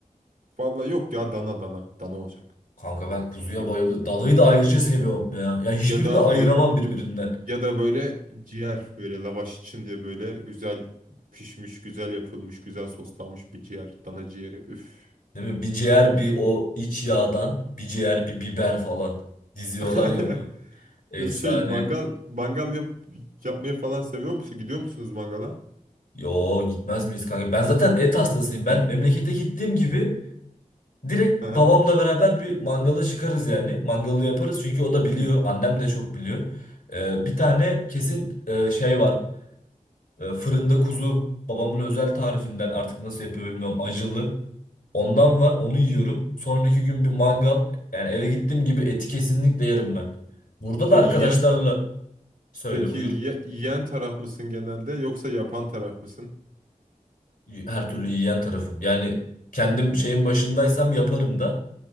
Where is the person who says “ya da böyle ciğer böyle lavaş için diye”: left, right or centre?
Right